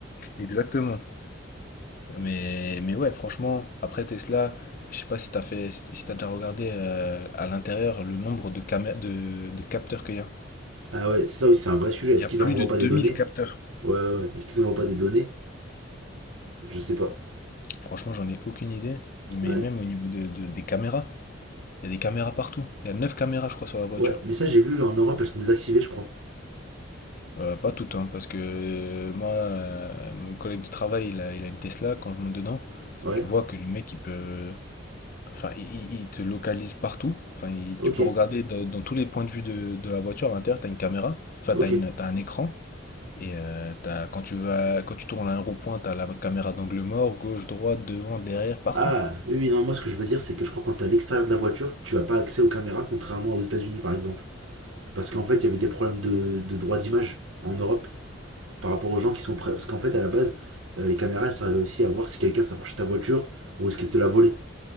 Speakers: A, on the left; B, on the right.
A: Exactement. Mais mais ouais, franchement, après Tesla, je sais pas si t'as fait si t'as déjà regardé euh, à l'intérieur le nombre de camé- de, de capteurs qu'il y a.
B: Ah ouais, c'est ça aussi, c'est un vrai sujet. Est-ce
A: Il y a
B: qu'ils
A: plus
B: envoient
A: de 2000
B: pas des données
A: capteurs.
B: Ouais, ouais, ouais. Est-ce qu'ils envoient pas des données Je sais pas.
A: Franchement, j'en ai aucune idée, mais
B: Ouais.
A: même au niveau de, de- des caméras, il y a des caméras partout. Il y a 9 caméras je crois sur la voiture.
B: Ouais, mais ça, j'ai vu en Europe, elles sont désactivées, je crois.
A: Euh, pas tout hein, parce que euh, moi, euh, mon collègue de travail, il a, il a une Tesla. Quand je monte dedans,
B: Ouais,
A: tu vois que le mec, il peut. Enfin, il, il- il te localise partout. Enfin, il-
B: ok,
A: tu peux regarder dans, dans tous les points de vue de, de la voiture. À l'intérieur, t'as une caméra. Enfin,
B: ok.
A: t'as une, t'as un écran. Et euh, t'as, quand tu vas, quand tu tournes à un rond-point, t'as la caméra d'angle mort, gauche, droite, devant, derrière, partout.
B: Ah, oui, oui, non, moi ce que je veux dire, c'est que je crois que quand t'es à l'extérieur de la voiture, tu n'as pas accès aux caméras, contrairement aux États-Unis par exemple. Parce qu'en fait, il y avait des problèmes de, de droit d'image en Europe par rapport aux gens qui sont prêts. Parce qu'en fait, à la base, euh, les caméras, elles servaient aussi à voir si quelqu'un s'approchait de ta voiture ou risquait de te la voler.